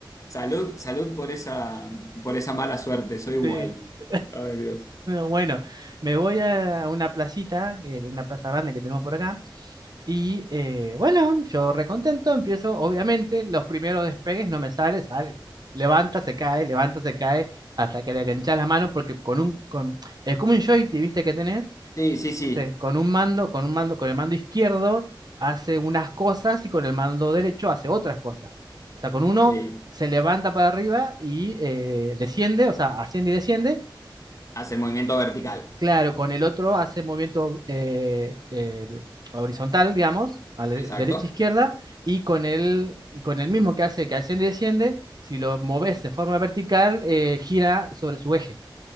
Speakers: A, on the left; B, on the right.
A: salud, salud por esa, por esa mala suerte, soy igual.
B: Sí. <laughs>
A: Ay, Dios.
B: Bueno, me voy a una placita, eh, de una plaza grande que tenemos por acá Y eh, bueno, yo recontento, empiezo, obviamente, los primeros despegues no me sale, sale. Levanta, se cae, levanta, se cae, hasta que le enganchas la mano, porque con un, con, es como un joystick, ¿viste? Que tenés,
A: Sí, sí, sí.
B: Entonces, con un mando, con un mando, con el mando izquierdo hace unas cosas y con el mando derecho hace otras cosas. O sea, con uno
A: Sí.
B: se levanta para arriba y eh, desciende, o sea, asciende y desciende,
A: Hace el movimiento vertical.
B: Claro, con el otro hace movimiento eh, eh, horizontal, digamos, a la derecha
A: Exacto.
B: e izquierda, y con el, y con el mismo que hace que asciende y desciende, si lo moves de forma vertical, eh, gira sobre su eje,